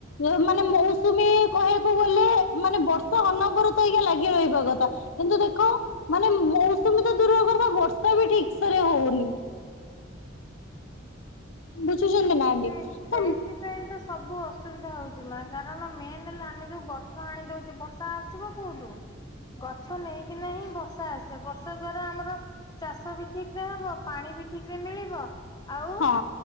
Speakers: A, on the left; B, on the left.
A: ଯୋଉ ମାନେ ମୌସୁମୀ କହିବାକୁ ଗଲେ ମାନେ ବର୍ଷା ଅନବର ତ ଆଜ୍ଞା ଲାଗି ରହିବ କଥା କିନ୍ତୁ ଦେଖ ମାନେ ମୌସୁମୀ ତ ଦୂରର କଥା ବର୍ଷା ବି ଠିକ୍ ସେ ରେ ହଉନି। ବୁଝୁଚ ନା। ଆଣ୍ଟି
B: ସେ
A: ତ
B: ସେଇଥିପାଇଁ
A: ହୁଁ
B: ତ ସବୁ ଅସୁବିଧା ହଉଛି ନା କାରଣ ମେନ୍ ନ ହେଲେ ଆମେ ଯୋଉ ଗଛ ହାଣିଦଉଚୁ ବର୍ଷା ଆସିବ କୋଉଠୁ? ଗଛ ନେଇକିନା ହିଁ ବର୍ଷା ଆସେ। ବର୍ଷା ଦ୍ଵାରା ଆମର ଚାଷ ବି ଠିକ୍ ରେ ହବ। ପାଣି ବି ଠିକ୍ ସେ ମିଳିବ। ଆଉ
A: ହଁ